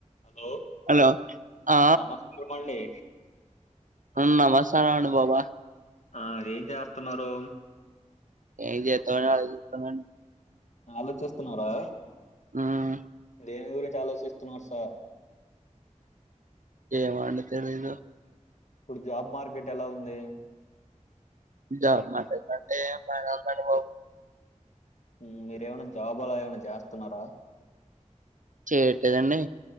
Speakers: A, on the left (about 65°); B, on the right (about 85°).
A: హలో
B: హలో ఆ
A: నమస్కారం అండి
B: మ్మ్ నల్సార్ అనుభవా
A: ఆ అ ఏం చేస్తున్నారు
B: ఏం చేద్దాం అని ఆలోచిస్తున్నా అండి
A: ఆలోచిస్తున్నారా
B: మ్మ్
A: దేని గురించి ఆలోచిస్తున్నారు సార్
B: ఏమండి తెలీదు
A: ఇప్పుడు జాబ్ మార్కెట్ ఎలా ఉంది
B: జాబ్ మారేసాటే <unintelligible>
A: మ్మ్ మీరేమనా జాబ్ అలా ఏమైనా చేస్తున్నారా
B: చేయట్లేదండి